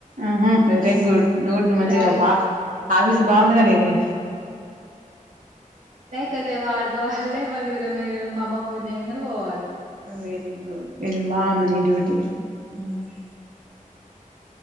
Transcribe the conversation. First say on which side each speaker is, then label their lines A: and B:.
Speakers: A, on the right (about 80°); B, on the right (about 70°).
A: ఉహుమ్ వెరీ గుడ్ డ్యూడ్ మంచిగా
B: బ్యాగ్
A: ఆఫీస్ బాగుంది గా నీది
B: కాసేపు ఆడుకోవాలి వాళ్ళ నిరువయిన మా అమ్మ పన్ చేయంగానే పోవాలే
A: వెరీ గుడ్, ఇది బావుంది ని డ్యూటీ
B: హ్మ్